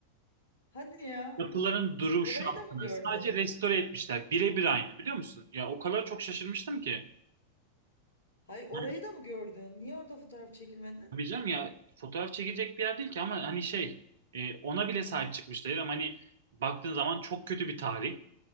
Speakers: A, on the left; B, on the right.
A: Hadi ya.
B: Yapıların duruşu
A: Orayı da
B: aslında.
A: mı gördün?
B: Sadece restore etmişler. Birebir aynı biliyor musun? Ya o kadar çok şaşırmıştım ki.
A: Hay orayı
B: Yani
A: da mı gördün? Niye orada fotoğraf çekilmedin?
B: tabii canım ya fotoğraf çekecek bir yer değil ki ama hani şey e, ona bile sahip çıkmışlar. Ama hani baktığın zaman çok kötü bir tarih.